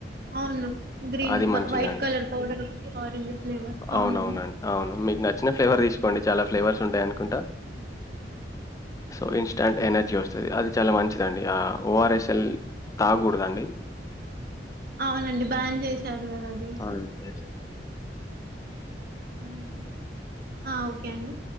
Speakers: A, on the right; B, on the left.
A: అవును గ్రీన్
B: అది
A: క
B: మంచిదే
A: వైట్ కలర్ పౌడర్కటి ఆరెంజ్ ఫ్లేవర్ అవునండి.
B: అవును ఆవునండి అవును మీకు నచ్చిన ఫ్లేవర్ తీసుకోండి చాలా ఫ్లేవర్స్ ఉంటాయి అనుకుంటా సో ఇన్స్ టాంట్ ఎనర్జీ వస్తది అది చాలా మంచిద అండి ఆ ఓఆర్ఎస్ఎల్ తాగకూడదండి.
A: అవునండి బ్యాన్ చేశారు గదా! అది.
B: అవునులే వేరే
A: మ్మ్ ఆ ఓకే అండి